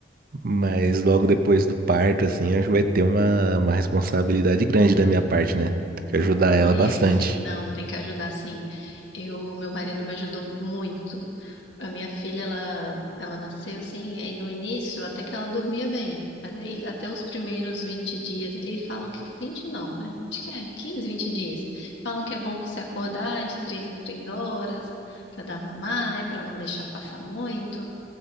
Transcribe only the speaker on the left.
Ai,
é, sim, não, tem que ajudar, sim. Eu, meu marido me ajudou muito. A minha filha, ela, ela nasceu assim, aí no início até que ela dormia bem. Mas aí até os primeiros 20 dias ali falam que. 20 não, né? Acho que é 15 20 dias. Falam que é bom você acordar de 3 em 3 horas pra dar mamar, né? Pra não deixar passar muito.